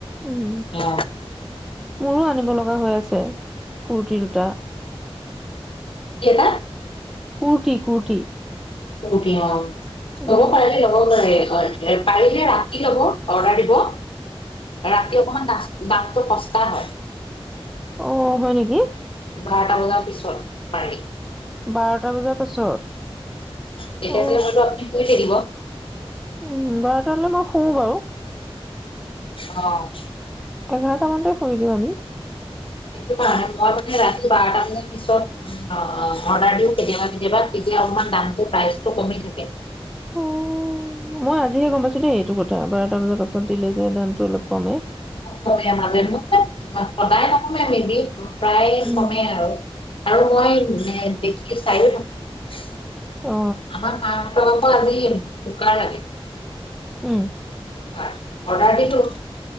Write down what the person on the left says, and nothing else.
অ'।
কি এটা
কুৰ্তি অ'। ল'ব
পাৰিলে লগ কৰে। পাৰিলে ৰাতি হ'ব, অৰ্ডাৰ দিব। ৰাতি অকমান নাচ দাঁতটো সস্তা হয়।
বাৰটা বজাৰ পিছত পাৰি।
তেতিয়া
চাগে হয়টো আপুনি শুই থাকিব। <inaudible>
অ'।
সেইটো কাৰ মই মানে ৰাতি বাৰ পিছত অৰ্ডাৰ দিওঁ কেতিয়াবা কেতিয়াবা তেতিয়া অলমান দামটো প্ৰইজটো কমি থাকে।
অ', কমে মাজে মাজে সদায় নকমে মেদি প্ৰায়
কমে আৰু। আৰু মই দেখি চায়ো নহ
আমাৰ মাহঁতৰ কা আজি উকা লাগে।
হয়। অৰ্ডাৰ দিলো